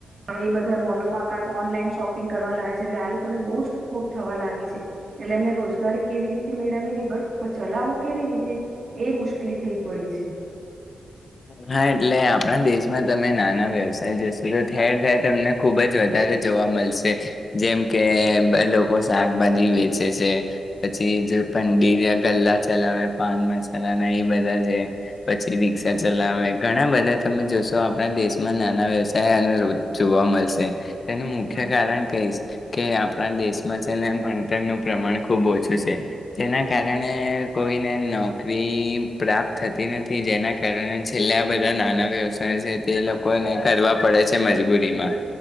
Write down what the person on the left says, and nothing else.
હા એટલે આપણા દેશ માં તમે નાના વ્યવસાય જોશો તો ઠેર ઠેર તમને ખુબ જ વધારે જોવા મળશે જેમ કે, લોકો શાકભાજી વેચે છે. પછી જે પંડી ગલ્લા ચલાવે, પાન મસાલા ના એ બધા છે. પછી ચલાવે ઘણા બધા તમે જોશો આપણા દેશમાં, નાના વ્યવસાય અનુધ જોવા મળશે. તેનું મુખ્ય
કારણ કહીશ કે આપણા દેશ ભણતરનું પ્રમાણ ખુબ ઓછું છે. જેના કારણે કોઈને નોકરી પ્રાપ્ત થતી નથી, જેના છેલ્લા બધા નાના વ્યવસાય છે તે લોકોને કરવા પડે છે. મજબૂરીમાં